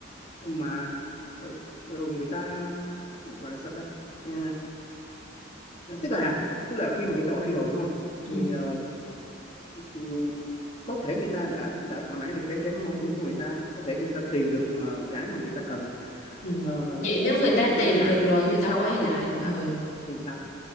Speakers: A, on the left; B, on the left.
A: mà ờ, ờ, người ta gọi là sao ta Ờ, ờ, tức là tức là khi mà người ta bỏ đi rồi đúng không
B: ừ,
A: thì ờ, ừm, có thể người ta đã đã thỏa mãn được cái cái mong muốn của người ta có thể người ta tìm được ờ, cái mà người ta cần
B: ừ.
A: Ờ,
B: vậy nếu
A: nhưng sau
B: người
A: đó
B: ta
A: người ta
B: tìm
A: quay lại
B: được rồi
A: nhưng
B: người ta
A: sau
B: quay
A: đó người
B: lại
A: ta quay
B: ừ
A: lại thì sao